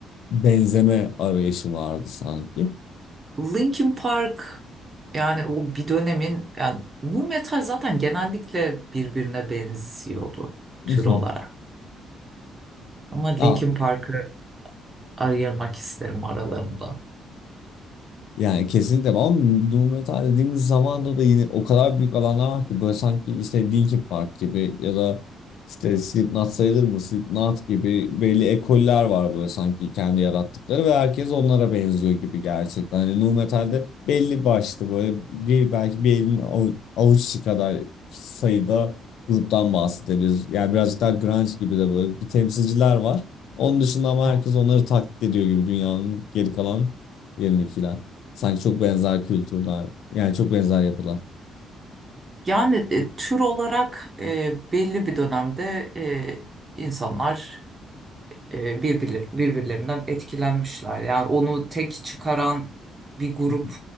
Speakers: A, on the left; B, on the right.
A: benzeme arayışı vardı sanki.
B: Linkin Park yani o bir dönemin yani nu metal zaten genellikle birbirine benziyordu
A: <laughs>
B: tür olarak.
A: <laughs>
B: Ama Linkin
A: Ya
B: Park'ı ayırmak isterim aralarında.
A: Yani kesinlikle var ama nu metal dediğimiz zamanda da yine o kadar büyük alanlar var ki böyle sanki işte Linkin Park gibi ya da işte Slipknot sayılır mı? Slipknot gibi belli ekoller var böyle sanki kendi yarattıkları ve herkes onlara benziyor gibi gerçekten. Hani nu metalde belli başlı böyle bir, belki bir elin avu- avuççu kadar sayıda gruptan bahsedebiliriz. Yani birazcık daha grunge gibi de böyle bir temsilciler var. Onun dışında ama
B: Tamam.
A: herkes onları taklit ediyor gibi dünyanın geri kalan yerindekiler. Sanki çok benzer kültürler. Yani çok benzer yapılar.
B: Yani e, tür olarak e, belli bir dönemde e, insanlar e, birbirler- birbirlerinden etkilenmişler. Yani onu tek çıkaran bir grup
A: Hı hı.